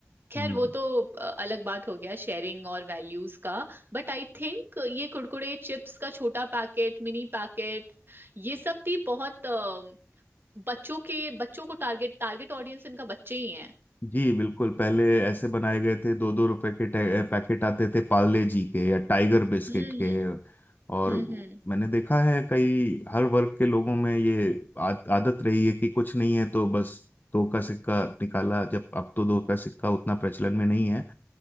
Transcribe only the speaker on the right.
खैर
वो तो अ, अलग बात हो गया शेयरिंग और वैल्यूज का बट आई थिंक ये कुरकुरे चिप्स का छोटा पैकेट मिनी पैकेट ये सब भी बहुत अ, बच्चों के बच्चों को टारगेट टारगेट ऑडियंस इनका बच्चे ही हैं
हम्म
हम्म